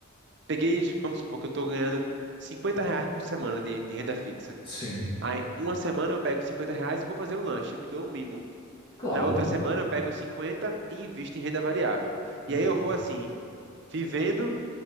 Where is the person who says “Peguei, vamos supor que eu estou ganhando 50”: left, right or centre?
Right